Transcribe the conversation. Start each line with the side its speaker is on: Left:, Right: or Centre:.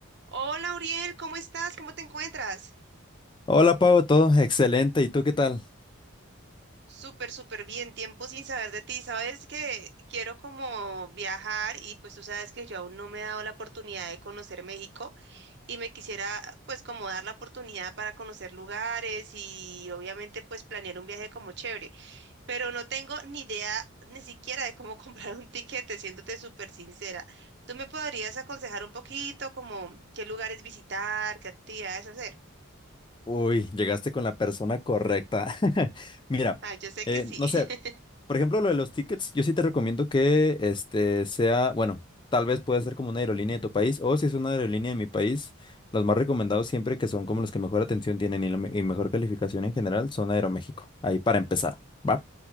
Right: Hola, Uriel, ¿cómo estás? ¿Cómo te encuentras?
Left: Hola Pau, todo excelente. ¿Y tú qué tal?
Right: Súper, súper bien, tiempo sin saber de ti. Sabes que quiero como viajar y pues tú sabes que yo aún no me he dado la oportunidad de conocer México y me quisiera pues como dar la oportunidad para conocer lugares y obviamente pues planear un viaje como chévere, pero no tengo ni idea ni siquiera de cómo <laughs> comprar un tiquete, siéndote súper sincera. ¿Tú me podrías aconsejar un poquito como qué lugares visitar, qué actividades hacer?
Left: Uy, llegaste con la persona correcta. <laughs> Mira,
Right: Ah, yo sé
Left: eh,
Right: que sí.
Left: no sé,
Right: <laughs>
Left: por ejemplo, lo de los tickets, yo sí te recomiendo que este sea, bueno, tal vez pueda ser como una aerolínea de tu país o si es una aerolínea de mi país, los más recomendados siempre que son como los que mejor atención tienen y, la me- y mejor calificación en general son Aeroméxico. Ahí para empezar, ¿va?